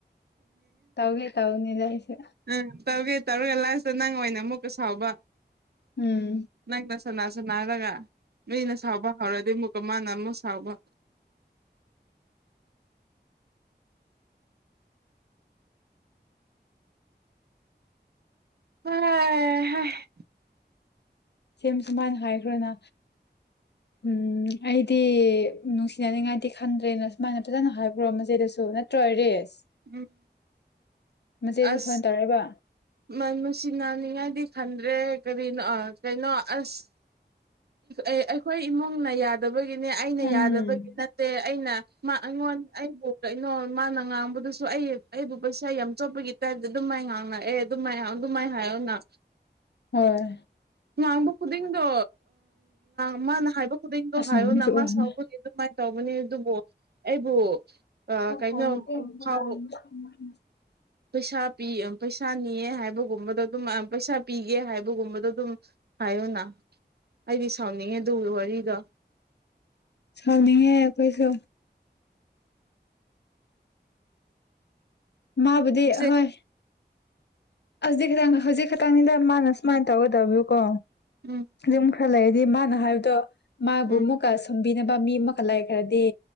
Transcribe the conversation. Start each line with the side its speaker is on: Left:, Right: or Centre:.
Left: ꯇꯧꯒꯦ ꯇꯧꯕꯅꯤꯗ ꯑꯩꯁꯦ
Right: ꯎꯝ ꯇꯧꯒꯦ ꯇꯧꯔꯒ ꯂꯥꯁꯇ ꯅꯪ ꯑꯣꯏꯅ ꯑꯃꯨꯛꯀ ꯁꯥꯎꯕ
Left: ꯎꯝ
Right: ꯅꯪꯅ ꯁꯥꯅ ꯁꯥꯟꯅꯔꯒ ꯅꯣꯏꯅ ꯁꯥꯎꯕ ꯍꯧꯔ ꯑꯗꯨ ꯃꯨꯛꯀ ꯃꯥꯅ ꯑꯃꯨꯛ ꯁꯥꯎꯕ ꯑ ꯍꯦ
Left: ꯁꯤꯝ ꯁꯨꯃꯥꯏꯅ ꯍꯥꯏꯈ꯭ꯔꯣꯅ ꯎꯝ ꯑꯩꯗꯤ ꯅꯨꯡꯁꯤꯅꯅꯤꯡꯉꯥꯏꯗꯤ ꯈꯟꯗ꯭ꯔꯦꯅ ꯁꯨꯃꯥꯏꯅ ꯐꯖꯅ ꯍꯥꯏꯈꯔꯣ ꯃꯆꯦꯗꯁꯨ ꯅꯠꯇ꯭ꯔꯣ ꯔꯦꯁ
Right: ꯎꯝ
Left: ꯃꯆꯦꯁꯨ
Right: ꯑꯁ
Left: ꯐꯣꯟ ꯇꯧꯔꯛꯏꯕ
Right: ꯃꯥ ꯅꯨꯡꯁꯤꯅꯅꯤꯡꯉꯗꯤ ꯈꯟꯗ꯭ꯔꯦ ꯀꯔꯤꯅꯣ ꯀꯩꯅꯣ ꯑꯁ ꯑꯩꯈꯣꯏ ꯏꯃꯨꯡꯅ ꯌꯥꯗꯕꯒꯤ ꯑꯩꯅ
Left: ꯎꯝ
Right: ꯌꯥꯗꯕꯒꯤ ꯅꯠꯇꯦ ꯑꯩꯅ ꯃꯥ ꯑꯩꯉꯣꯟ ꯑꯩꯕꯨ ꯀꯩꯅꯣ ꯃꯥꯅ ꯉꯥꯡꯕ ꯑꯗꯨꯁꯨ ꯑꯩ ꯑꯩꯕꯨ ꯄꯩꯁꯥ ꯌꯥꯝ ꯆꯣꯞꯄꯒꯤ ꯇꯥꯏꯞꯇ ꯑꯗꯨꯝ ꯃꯥꯏ ꯉꯥꯡꯂꯛꯑꯦ ꯑꯗꯨꯃꯥꯏ ꯍꯥꯏ ꯑꯗꯨꯃꯥꯏ ꯍꯥꯏꯌꯣꯅ
Left: ꯍꯣꯏ
Right: ꯉꯥꯡꯕ ꯈꯨꯗꯤꯡꯗꯣ ꯃꯥꯅ ꯍꯥꯏꯕ ꯈꯨꯗꯤꯡꯗꯣ
Left: ꯑꯁ
Right: ꯍꯥꯏꯌꯣꯅ
Left: ꯑꯍꯨꯝꯁꯨ ꯑꯣꯏꯔꯝꯅꯤ
Right: ꯃꯥ ꯁꯥꯎꯕꯒꯤ ꯑꯗꯨꯃꯥꯏꯅ ꯇꯧꯕꯅꯤ ꯑꯗꯨꯕꯨ ꯑꯩꯕꯨ
Left: <unintelligible>
Right: ꯀꯩꯅꯣ ꯐꯥꯎ ꯄꯩꯁꯥ ꯄꯤ ꯄꯩꯁꯥ ꯅꯤꯌꯦ ꯍꯥꯏꯕꯒꯨꯝꯕꯗ ꯑꯗꯨꯝ ꯄꯩꯁꯥ ꯄꯤꯒꯦ ꯍꯥꯏꯕꯒꯨꯝꯕꯗꯣ ꯑꯗꯨꯝ ꯍꯥꯏꯌꯣꯅ ꯑꯩꯗꯤ ꯁꯥꯎꯅꯤꯡꯉꯦ ꯑꯗꯨꯒꯤ ꯋꯥꯔꯤꯗꯣ
Left: ꯁꯥꯎꯅꯤꯡꯉꯦ ꯑꯩꯈꯣꯏꯁꯨ ꯃꯥꯕꯨꯗꯤ
Right: ꯍꯧꯖꯤꯛ
Left: ꯍꯣꯏ ꯑꯁꯤ ꯍꯧꯖꯤꯛ ꯈꯛꯇꯪꯅꯤꯗ ꯃꯥꯅ ꯁꯨꯃꯥꯏꯅ ꯇꯧꯒꯗꯕꯨꯀꯣ
Right: ꯎꯝ
Left: ꯌꯨꯝ ꯈꯔ ꯂꯩꯔꯗꯤ ꯃꯥꯅ ꯍꯥꯏꯕꯗꯣ ꯃꯥꯕꯨ
Right: ꯎꯝ
Left: ꯑꯃꯨꯛꯀ ꯁꯨꯝꯕꯤꯅꯕ ꯃꯤ ꯑꯃꯨꯛꯀ ꯂꯩꯈ꯭ꯔꯗꯤ